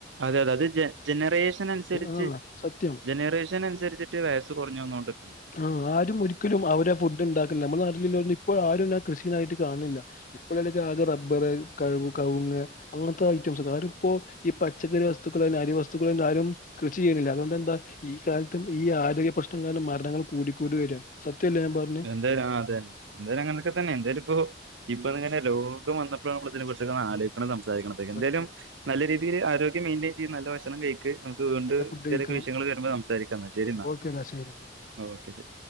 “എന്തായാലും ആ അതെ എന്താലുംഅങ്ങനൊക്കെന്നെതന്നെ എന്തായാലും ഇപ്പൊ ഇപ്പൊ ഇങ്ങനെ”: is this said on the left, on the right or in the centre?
Right